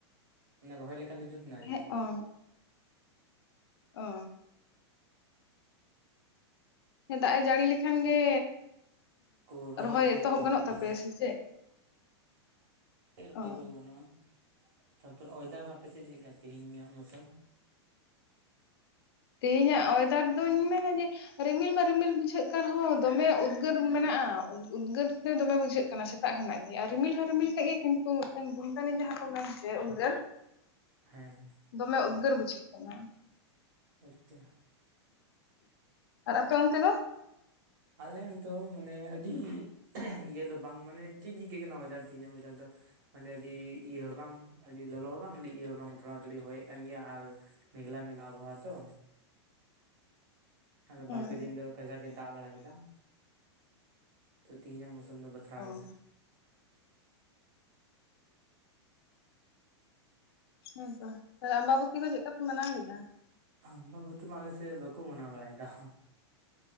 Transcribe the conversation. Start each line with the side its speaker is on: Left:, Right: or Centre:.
Right: ᱢᱟᱱᱮ ᱨᱚᱦᱚᱭ ᱞᱮᱠᱟ ᱫᱚ ᱡᱩᱛ ᱮᱱᱟ ᱟᱨᱠᱤ,
Left: ᱦᱮᱸ ᱚ ᱚ ᱫᱟᱜ ᱮ ᱡᱟᱹᱲᱤ ᱞᱮᱠᱷᱟᱱ ᱜᱮᱻ
Right: ᱠᱚ
Left: ᱨᱚᱦᱚᱭ
Right: ᱠᱚ
Left: ᱮᱛᱚᱦᱚᱵ ᱜᱟᱱᱚᱜ ᱛᱟᱯᱮᱭᱟ
Right: ᱟᱨᱠᱤ
Left: ᱥᱮ ᱪᱮᱫ?
Right: ᱨᱚ
Left: ᱚ
Right: ᱠᱚ ᱜᱟᱱᱚᱜᱼᱟ ᱛᱟᱯᱚᱨᱮ ᱚᱭᱮᱫᱟᱨ ᱟᱯᱮᱥᱮ ᱪᱮᱫ ᱞᱮᱠᱟ ᱛᱮᱦᱤᱧᱟᱜ ᱢᱳᱥᱢ
Left: ᱛᱮᱦᱮᱧᱟᱜ ᱚᱭᱮᱫᱟᱨ ᱫᱚᱧ ᱢᱮᱱᱟ ᱡᱮ ᱨᱤᱢᱤᱞ ᱢᱟ ᱨᱤᱢᱤᱞ ᱵᱩᱡᱷᱟᱹᱜ ᱠᱟᱱ ᱨᱮᱦᱚᱸ ᱫᱚᱢᱮ ᱩᱫᱽᱜᱟᱹᱨ ᱢᱮᱱᱟᱜᱼᱟ ᱾ ᱩᱫᱽᱜᱟᱹᱨ ᱛᱮ ᱫᱚᱢᱮ ᱵᱩᱡᱷᱟᱹᱜ ᱠᱟᱱᱟ ᱥᱮᱛᱟᱜ ᱠᱷᱚᱱᱟᱜ ᱜᱮ ᱟᱨ ᱨᱤᱢᱤᱞ ᱦᱚᱸ ᱨᱤᱢᱤᱞ ᱠᱟᱜᱼᱜᱮᱭᱟ ᱠᱤᱱᱛᱩ ᱢᱤᱫᱴᱮᱱ ᱜᱩᱱᱴᱟᱱᱤ ᱡᱟᱦᱟᱸ ᱩᱫᱽᱜᱟᱹᱨ
Right: ᱦᱮᱸ
Left: ᱫᱚᱢᱮ ᱩᱫᱽᱜᱟᱹᱨ ᱵᱩᱡᱷᱟᱹᱜ ᱠᱟᱱᱟ ᱾
Right: ᱟᱪᱪᱷᱟ
Left: ᱟᱨ ᱟᱯᱮ ᱚᱱᱛᱮ ᱫᱚ
Right: ᱟᱞᱮ ᱫᱚ ᱢᱟᱱᱮ ᱟᱹᱰᱤ ᱤᱭᱟᱹ ᱫᱚ ᱵᱟᱝ ᱢᱟᱱᱮ ᱴᱷᱤᱠ ᱜᱮ ᱟᱹᱭᱠᱟᱹᱜ ᱠᱟᱱᱟ ᱚᱭᱮᱫᱟᱨ ᱛᱮᱦᱮᱧᱟᱜ ᱚᱭᱮᱫᱟᱨ ᱫᱚ ᱢᱟᱱᱮ ᱟᱹᱰᱤ ᱤᱭᱟᱹ ᱦᱚᱸ ᱵᱟᱝ ᱟᱹᱰᱤ ᱞᱚᱞᱚ ᱦᱚᱸ ᱵᱟᱝ ᱟᱹᱰᱤ ᱤᱭᱟᱹ ᱦᱚᱸ ᱵᱟᱝ ᱛᱷᱚᱲᱟ ᱛᱷᱚᱲᱤ ᱦᱚᱭᱮᱫ ᱠᱟᱱ ᱜᱮᱭᱟ ᱟᱨ ᱢᱮᱜᱷᱞᱟ ᱢᱮᱜᱷᱞᱟ ᱟᱵᱚᱦᱟᱣᱟ ᱛᱚ ᱟᱫᱚ
Left: ᱦᱩᱸ
Right: ᱵᱟᱨᱯᱮ ᱫᱤᱱ ᱫᱚ ᱠᱷᱡᱟᱠ ᱮ ᱫᱟᱜ ᱵᱟᱲᱟ ᱠᱮᱫᱟ ᱛᱚ ᱛᱮᱦᱤᱧᱟᱜ ᱢᱳᱥᱚᱢ ᱫᱚ ᱵᱟᱛᱨᱟᱣ
Left: ᱚ
Right: ᱜᱮᱭᱟ
Left: ᱦᱮᱸ ᱛᱚ ᱛᱟᱦᱞᱮ ᱟᱢᱵᱟᱵᱚᱛᱤ ᱠᱚ ᱪᱮᱫ ᱞᱮᱠᱟ ᱯᱮ ᱢᱟᱱᱟᱣ ᱠᱮᱫᱟ?
Right: ᱟᱢᱵᱟᱵᱚᱛᱤ ᱢᱟ ᱟᱞᱮᱥᱮᱫ ᱵᱟᱠᱚ ᱢᱟᱱᱟᱣ ᱵᱟᱲᱟᱭᱮᱫᱟ ᱾